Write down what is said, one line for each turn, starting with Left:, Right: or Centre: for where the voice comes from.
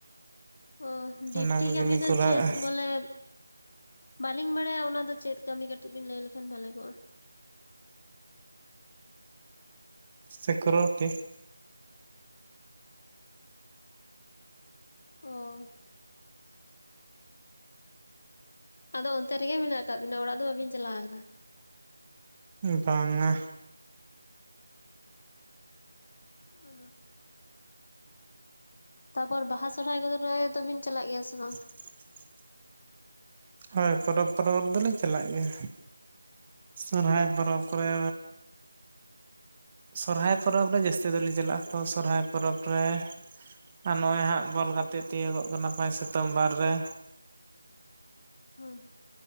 Left: ᱚᱻ ᱰᱤᱯᱴᱤ
Right: ᱚᱱᱟ ᱠᱚᱜᱮᱞᱤᱧ
Left: ᱠᱟᱹᱢᱤ
Right: ᱠᱚᱨᱟᱣᱮᱫᱼᱟ
Left: ᱫᱚ ᱪᱮᱫ? ᱵᱚᱞᱮ ᱵᱟᱹᱞᱤᱧ ᱵᱟᱲᱟᱭᱟ ᱚᱱᱟᱫᱚ ᱪᱮᱫ ᱠᱟᱹᱢᱤ? ᱠᱟᱹᱴᱤᱡ ᱵᱤᱱ ᱞᱟᱹᱭ ᱞᱮᱠᱷᱟᱱ ᱵᱷᱟᱜᱮ ᱠᱚᱜᱼᱟ᱾
Right: ᱥᱮᱠᱨᱚᱴᱤ,
Left: ᱚᱻ ᱟᱫᱚ ᱚᱱᱛᱮ ᱨᱮᱜᱮ ᱢᱮᱱᱟᱜ ᱟᱠᱟᱫ ᱵᱤᱱᱟ᱾ ᱚᱲᱟᱜ ᱫᱚ ᱵᱟᱵᱤᱱ ᱪᱟᱞᱟᱣ ᱟᱠᱟᱱᱟ᱾
Right: ᱵᱟᱝ-ᱟ,
Left: ᱟᱻ ᱛᱟᱯᱚᱨ ᱵᱟᱦᱟ ᱥᱚᱨᱚᱦᱟᱭ ᱠᱚᱫᱚ ᱨᱮ ᱛᱚᱵᱤᱱ ᱪᱟᱞᱟᱜ ᱜᱮᱭᱟ ᱥᱮ ᱵᱟᱝ?
Right: <unintelligible> ᱦᱳᱭ ᱯᱚᱨᱚᱵᱽ ᱯᱚᱨᱚᱵᱽ ᱨᱮ ᱫᱚᱞᱤᱧ ᱪᱟᱞᱟᱜ ᱜᱮᱭᱟ᱾ ᱥᱚᱨᱦᱟᱭ ᱯᱚᱨᱚᱵᱽ ᱠᱚᱨᱮ, ᱥᱚᱨᱦᱟᱭ ᱯᱚᱨᱚᱵᱽ ᱨᱮ ᱡᱟᱹᱥᱛᱤ ᱫᱚᱞᱤᱧ ᱪᱟᱞᱟᱜᱼᱟ᱾ ᱛᱚ ᱥᱚᱨᱦᱟᱭ ᱯᱚᱨᱚᱵᱽ ᱨᱮ ᱟᱨ ᱱᱚᱜᱼᱚᱭ ᱦᱟᱸᱜ ᱵᱚᱞ ᱜᱟᱛᱮᱜ ᱛᱤᱭᱳᱜᱚᱜ ᱠᱟᱱᱟ᱾ ᱯᱟᱭ ᱥᱤᱛᱳᱢᱵᱚᱨ ᱨᱮ
Left: ᱦᱚᱸ